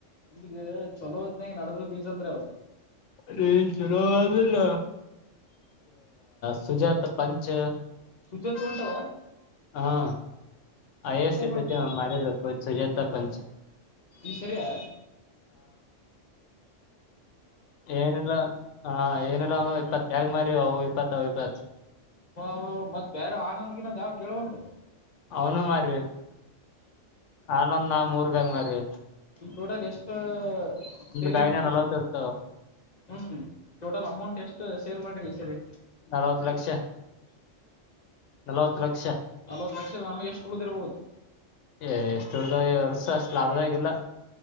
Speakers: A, on the left; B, on the left.
A: ನಿಮಗೆ ಚಲೋ ಹೊತ್ನ ನಡದ್ರ ಬೀಸದ್ರೆ ಅವವು
B: ಅ ಚುನೋಿಲ್ಲ ಸುಜಾತ್ ಪಂಚ್
A: ಪೂಜ ತ ಉಂಟಾವ
B: ಹಾ ಆಯಸ್
A: ಮಾಡಿ
B: ಸ ಮಪ್ಪ ಸಜ ಪ
A: ಈ ಸರಿಯಬ
B: ಏನೆಲ್ಲ ಹಾ ಏನೆಲ್ಲ ಅವ ಇಪ್ಪತ್ಾಗ ಮರಿ ಅವು ಇಪ್ಪತ್ ಅವ ಇಪ್ಪತ್
A: ವ ಮತ್ತತ್ ಬೇರೆ ಆನಂದ್ಗಿನಂದ ಯಾವ್ ಕೇೇಳವಲ್ರರಿ
B: ಅವನು ಮಾರರಿ ಆನೊಂದ ನಾ ಮೂರ್ ಬ್ಯಾಗ ಮಾರರಿ
A: ಟೋಟಲ್ ಎಷ್ಟು ಸೇಲಿಂಗ್ಸ
B: ಬ್ಯಾಗ್ನ ನಲ್ವತ್ ಇರ್ತಾವ
A: ಹ್ಮ ಟೋಟಲ್ ಅಮೌಂಟ್ ಎಷ್ಟು ಸೇಲ್ ಮಾಡ್ರಿ ಈ ಸರಿ
B: ನಲವತ್ತು ಲಕ್ಷ ನಲವತ್ತು ಲಕ್ಷ
A: ಅಲೋ ದಕ್ಷ ನಮಗೆ ಎಷ್ಟು ಉಳಿದ್ ಇರ್ಬಹದು
B: ಏ ಎಷ್ಟು ಹರ್್ದ ವರ್ಸ ಅಷ್ಟು ಲಾಭದಾಗಿಲ್ಲ